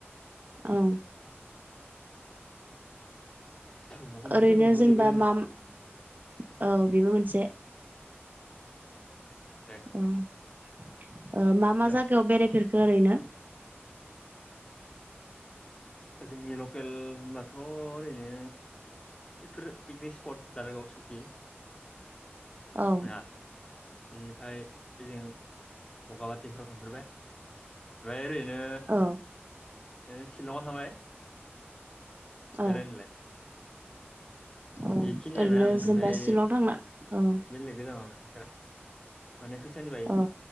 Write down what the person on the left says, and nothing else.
न'खरनि
फैसादो नों बोरै
बेरायनो
दे
बुंलाय
जोंनि लकेल होनबाथ' ओरैनो बेफोर पिकनिक स्पट दारागाव सुकि
<unintelligible> बेनिफ्राय जों बगामाथिफोराव थांफेरबाय ओमफ्राय ओरै बिदिनो
ओ सिलंआव थांबाय
बेरायनोलाय
बेखिनियानो
आं ओमफ्राय
बेलेग गोजानाव थांफेराखै माने फैसानि बाइ